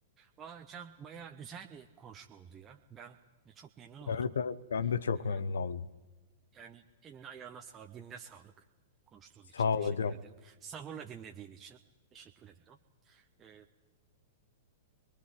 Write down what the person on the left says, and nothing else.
Evet evet ben de çok
memnun oldum.
Sağ
ol hocam.